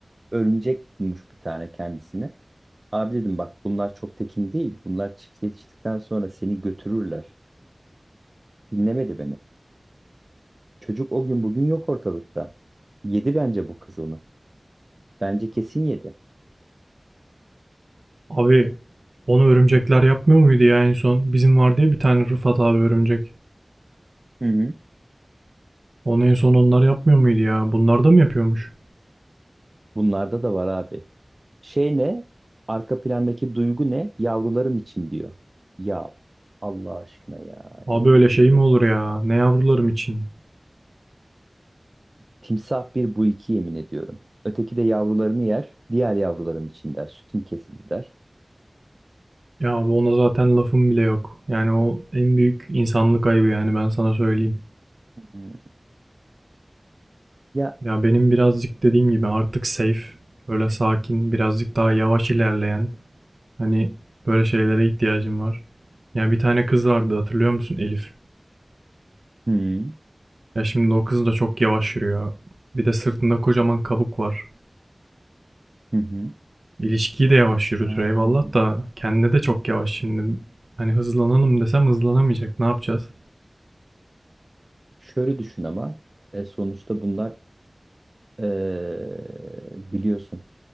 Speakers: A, on the right; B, on the right.
A: örümcek bulmuş bir tane kendisine. Abi dedim bak bunlar çok tekin değil. Bunlar çiftleştikten sonra seni götürürler. Dinlemedi beni. Çocuk o gün bugün yok ortalıkta. Yedi bence bu kız onu. Bence kesin yedi.
B: Abi onu örümcekler yapmıyor muydu ya en son? Bizim var diye bir tane Rıfat abi örümcek.
A: Hı hı.
B: Onu en son onlar yapmıyor muydu ya? Bunlar da mı yapıyormuş?
A: Bunlarda da var abi. Şey ne? Arka plandaki duygu ne? Yavrularım için diyor. Ya Allah aşkına ya
B: Abi
A: yemin
B: öyle
A: ediyorum.
B: şey mi olur ya? Ne yavrularım için?
A: Timsah bir bu iki yemin ediyorum. Öteki de yavrularını yer. Diğer yavrularım için der. Sütüm kesildi der.
B: Ya abi ona zaten lafım bile yok. Yani o en büyük insanlık ayıbı yani ben sana söyleyeyim.
A: Hı Ya
B: Ya benim birazcık dediğim gibi artık safe, böyle sakin, birazcık daha yavaş ilerleyen hani böyle şeylere ihtiyacım var. Ya bir tane kız vardı hatırlıyor musun Elif?
A: hı.
B: Ya şimdi o kız da çok yavaş yürüyor. Bir de sırtında kocaman kabuk var.
A: Hı hı.
B: İlişkiyi de yavaş yürütür
A: Hmm.
B: eyvallah da kendine de çok yavaş şimdi. Hani hızlanalım desem hızlanamayacak. Ne yapacağız?
A: Şöyle düşün ama e, sonuçta bunlar e, biliyorsun